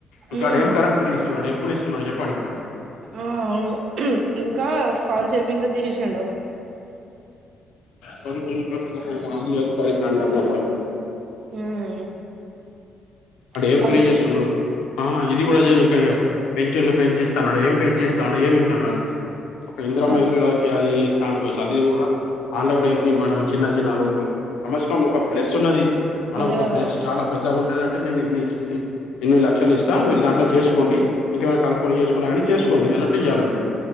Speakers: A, on the left (about 80°); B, on the right (about 65°).
A: ఇంకాడ
B: ఉమ్
A: ఏం కరెంట్ ఫ్రీ ఇస్తున్నాడు ఇప్పుడు ఇస్తున్నాడు చెప్పండి మేడం
B: ఆ అవును ఇంకా స్కాలర్షిప్స్ ఇంకా తీసేసిండు
A: చదువుకొని వాళ్లు పాపం <unintelligible> పరేషాన్ల ఉన్నరు వాళ్లు
B: ఉమ్
A: ఆడ
B: స్కాలర్
A: ఏం పని చేస్తున్నాడు ఆ ఇది కూడా ఇంకా పెన్షన్లు పెంచి ఇస్తాన్నాడు ఏం పెంచిస్తాడు ఏమి ఇస్తాడు వాని ఒక ఇంద్రమ్మ
B: అ
A: ఇల్లు ఇస్తాండు ఫస్ట్ అది కూడా అల్ల కూడా ఎన్ని మేడం చిన్న చిన్న రూమ్లు కనీసం ఒక ప్లస్ ఉన్నది మనకి
B: అదే
A: ఒక
B: కదా
A: ప్లేస్ పెద్దగా ఉంటదంటే నేను ఇన్ని ఇన్ని లక్షలు ఇస్తా దాంట్ల చేసుకోండి ఇంకేమన్నా కలుపుకొని చేస్ చేసుకోండి అన్నట్టు ఇయ్యాలుండే